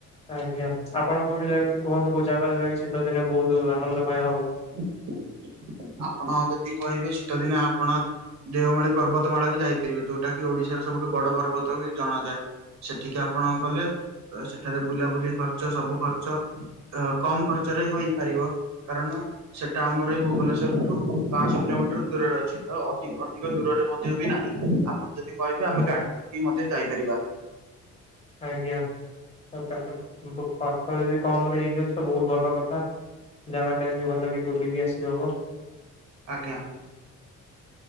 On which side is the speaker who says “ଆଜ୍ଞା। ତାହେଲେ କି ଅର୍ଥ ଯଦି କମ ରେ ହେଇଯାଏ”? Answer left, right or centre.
Left